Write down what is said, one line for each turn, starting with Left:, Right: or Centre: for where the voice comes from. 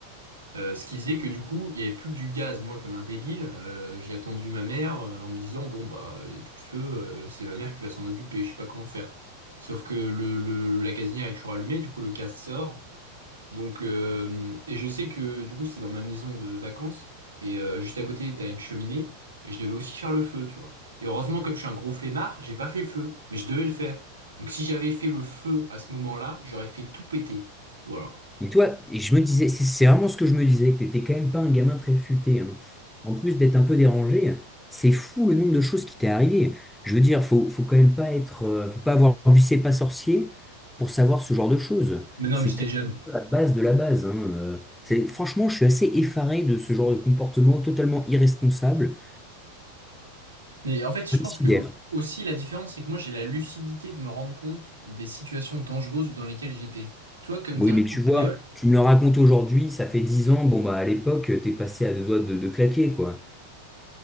Right: Euh, ce qui faisait que du coup, il n'y avait plus que du gaz. Moi, comme un débile, euh, j'ai attendu ma mère euh, en me disant, bon bah, il n'y a plus de feu, euh, c'est ma mère qui va s'en occuper, je sais pas comment faire. Sauf que le, le- la gazinière est toujours allumée, du coup le gaz sort. Donc, euh, et je sais que du coup, c'est dans ma maison de vacances. Et euh, juste à côté, t'as une cheminée. Et je devais aussi faire le feu, tu vois. Et heureusement, comme je suis un gros flemmard, j'ai pas fait le feu. Mais je devais le faire. Donc, si j'avais fait le feu à ce moment-là, j'aurais fait tout péter. Voilà.
Centre: Et toi, et je me disais, c'est c'est vraiment ce que je me disais, que t'étais quand même pas un gamin très futé. hein. En plus d'être un peu dérangé, c'est fou le nombre de choses qui t'est arrivé. Je veux dire, faut, faut quand même pas être, euh, faut pas avoir vu C'est pas sorcier pour savoir ce genre de choses.
Right: Mais non,
Centre: C'est
Right: mais j'étais
Centre: quand
Right: jeune.
Centre: même la base de la base. hein, euh. C'est, franchement, je suis assez effaré de ce genre de comportement totalement irresponsable,
Right: Mais en fait,
Centre: considère.
Right: je pense que au- aussi la différence, c'est que moi, j'ai la lucidité de me rendre compte des situations dangereuses dans lesquelles j'étais. Toi, comme
Centre: Oui,
Right: t'es un
Centre: mais tu
Right: gros
Centre: vois,
Right: guignol,
Centre: tu me le racontes aujourd'hui, ça fait 10 ans, bon bah à l'époque, t'es passé à deux doigts de, de claquer, quoi.